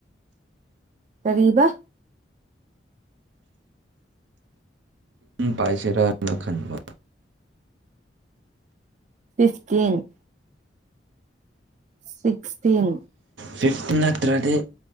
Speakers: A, on the right; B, on the right.
A: ꯇꯔꯤꯕ
B: ꯄꯥꯏꯁꯦꯔꯥꯅ ꯈꯟꯕ
A: ꯐꯤꯐꯇꯤꯟ ꯁꯤꯛꯁꯇꯤꯟ
B: ꯐꯤꯐꯇꯤꯟ ꯅꯠꯇ꯭ꯔꯗꯤ